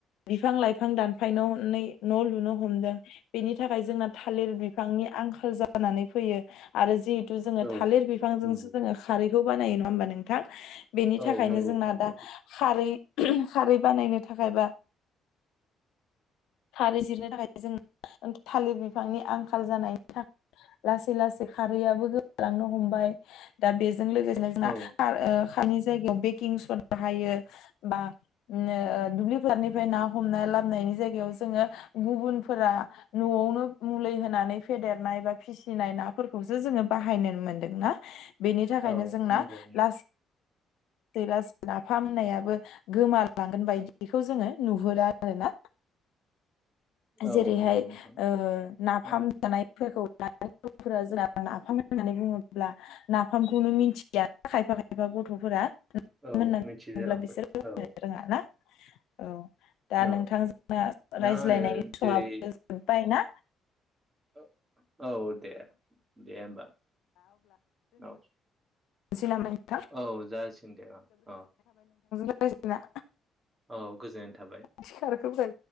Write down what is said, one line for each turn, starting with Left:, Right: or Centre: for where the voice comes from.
Left: बिफां लाइफां दानफायन'नै न' लुनो हमदों बेनि थाखाय जोंना थालिर बिफांनि आंखाल जा जानानै फैयो आरो जि थु जोङो
Right: औ
Left: थालिर बिफांजोंसो
Right: नंगौ
Left: जोङो खारै खौ बानायो नङा होमबा नोंथां? बेनि
Right: औ
Left: थाखायनो जोंना
Right: नंगौ
Left: दा खारै खारै बानायनो थाखायबा खारै जिरनो थाखाय जों थालिर बिफांनि आंखाल आखाल जानायनि थाखाय लासै लासै खारैयाबबो गोमालांनो हमबाय दा बे लोगोसे जोंना
Right: औ
Left: खारो खारैनि जायगायाव बेकिं सदा हायो बा ओ दुब्लिफोरनिफ्राय ना हमना लाब जायगायाव जोङो गुबुनफोरा न'आवनो मुलि होनानै फेदेरनाय बा फिसिनाय नाफोरखौसो जोङो बाहायनो मोनदों ना। बेनि थाखायनो
Right: औ
Left: जोंना
Right: नंगौ
Left: लासै दैलास नाफाम होननायाबो गोमालांगोन बायदिखौ जोङो नुहुरो आरो ना।
Right: औ
Left: जेरैहाय
Right: नंगौ नोंथां
Left: ओ नाफाम
Right: दा
Left: जानायफोरखौ <unintelligible> फोरा जोंना नाफाम होननानै बुङोब्ला नाफामखौनो मिथिया खायफा खायफा गथ'फोरा।
Right: औ
Left: होननानै
Right: मिथिजालांबाय
Left: बुङोब्ला बिसोर
Right: औ।
Left: रोङा ना औ। दा
Right: औ
Left: नोंथांजोंना
Right: दा
Left: रायज्लायनायनि
Right: आङो
Left: समाबो
Right: जेरै
Left: जोबबायना।
Right: औ। औ दे दे होमबा औ।
Left: सै नामा नोंथां
Right: औ जासिगोन दे अ अ।
Left: जासिगोन ना।
Right: औ गोजोननाय थाबाय।
Left: रायज्लायना